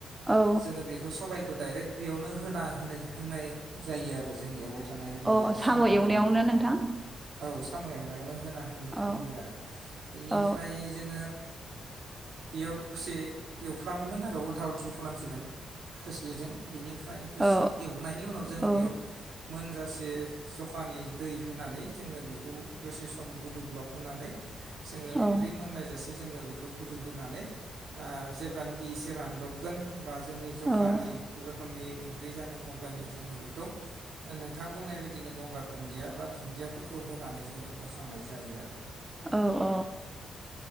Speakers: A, on the right (about 20°); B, on the right (about 75°).
A: औ
B: जोङो बेखौ सबाय डाइरेक्ट बेयावनो होना होनाय होनाय जायो आरो जों एवबाय थानाय बे
A: अ साम
B: साम'आवनो
A: एवनायावनो नोंथां
B: औ साम एवनायाव नों होना होनाय
A: औ
B: होयोआरो बेनिफ्राय
A: औ
B: जोङो बेयाव दसे एवफ खालामगोन आरो उल्था उल्थि खालामसिगोन खोस्लिजों बिनिफ्राय दसे
A: औ
B: एवनायनि उनाव जोङो
A: औ
B: बेयाव मोनजासे जखानि दै होनानै जोङो बेखौ दसे खम गुदौ गुलाब होनानै जोङो ओंख्रि
A: औ
B: मोननाय जासे जोङो बेखौ गुदौ होनानै ओ जेब्लानि खि एसे रानदबगोन बा जोंनि जखानि
A: औ
B: रोखोमनि ओंख्रि जागोन अब्लानिया जोङो बेखौ ओ नोंथां बुंनाय बायदिनो गंगार दुन्दिया बा दुन्दियाफोरखौ होनानै जोङो बोखांनाय जायो आरो
A: औ औ